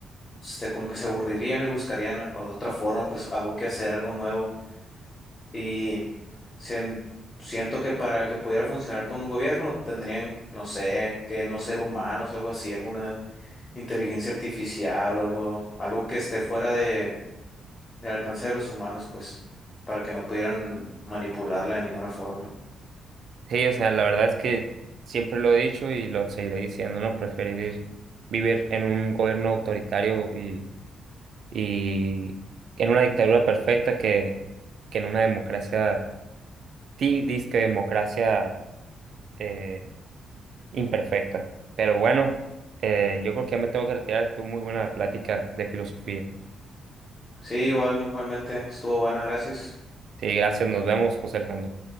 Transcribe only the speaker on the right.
Sí, o sea, la verdad es que siempre lo he dicho y lo seguiré diciendo, ¿no? Preferir vivir en un gobierno autoritario y, y en una dictadura perfecta que, que en una democracia, ti, disque democracia. eh, imperfecta. Pero bueno, eh, yo creo que ya me tengo que retirar. Estuvo muy buena la plática de filosofía.
Sí, gracias. Nos vemos, José Alejandro.